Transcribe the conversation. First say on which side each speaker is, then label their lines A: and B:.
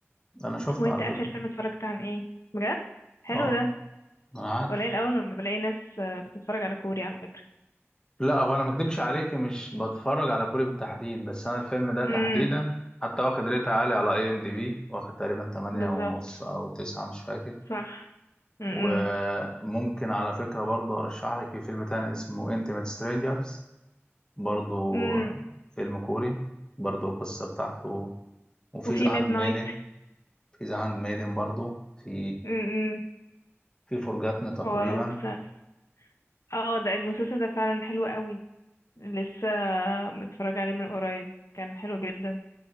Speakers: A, on the left; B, on the left.
A: انا شفت
B: وانت
A: على
B: اخر
A: فكره
B: فيلم اتفرجت عن ايه بجد حلو
A: اه
B: ده
A: انا عارف
B: قليل اول لما بلاقي ناس آه، بتتفرج على كوري على فكرة
A: لا هو انا ما اكدبش عليك مش بتفرج على كوري بالتحديد بس انا الفيلم ده تحديدا
B: امم
A: حتى واخد ريت عالي على اي ام دي بي واخد تقريبا 8
B: بالظبط
A: ونص او 9 مش فاكر
B: صح امم
A: وممكن على فكره برضو ارشح لك في فيلم تاني اسمه انتيميت سترينجرز برضو
B: امم
A: فيلم كوري برضو القصة بتاعته وفي
B: وفي
A: ذا
B: ميد
A: هاند
B: نايت
A: ميدن في ذا هاند ميدن برضو في
B: امم
A: في فرجاتنا تقريبا
B: هو بس اه ده المسلسل ده فعلا حلو قوي لسه متفرج عليه من قريب كان حلو جدا